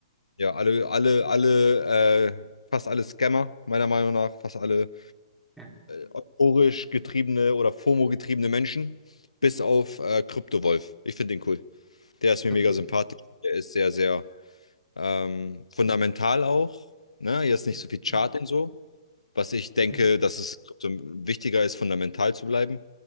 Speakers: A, on the left; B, in the centre.
A: Ja, alle, alle, alle, äh, fast alle Scammer, meiner Meinung nach, fast alle
B: Ja,
A: euphorisch getriebene oder FOMO-getriebene Menschen, bis auf äh, Kryptowolf. Ich finde den cool. Der ist mir
B: Krypto.
A: mega sympathisch. Der ist sehr, sehr ähm, fundamental auch. Ne? Hier ist nicht
B: Ja,
A: so viel Chart
B: ja,
A: und so, was ich denke,
B: ja.
A: dass es Krypto wichtiger ist, fundamental zu bleiben.